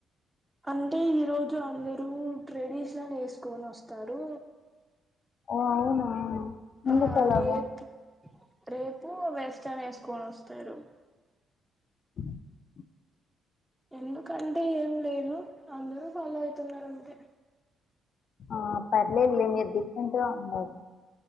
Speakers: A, in the centre; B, on the left (about 60°).
A: అంటే ఈరోజు అందరూ ట్రెడిషనల్ ఎసుకొని వస్తారు
B: ఓ అవునా ఎందుకలాగా
A: ఆ రేప్ రేపు ఎసుక్ కోస్తారు
B: అ
A: ఎందుకంటే ఏం లేదు అందరూ ఫాలో అవుతున్నారు అంతే
B: ఆ పర్లేలే మీరు డిఫరెంట్ గా ఉండాలి